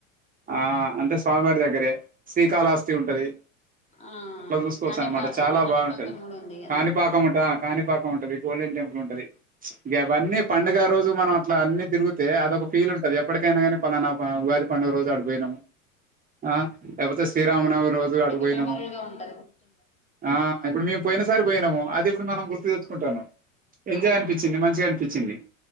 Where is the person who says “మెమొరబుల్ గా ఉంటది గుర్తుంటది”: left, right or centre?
Left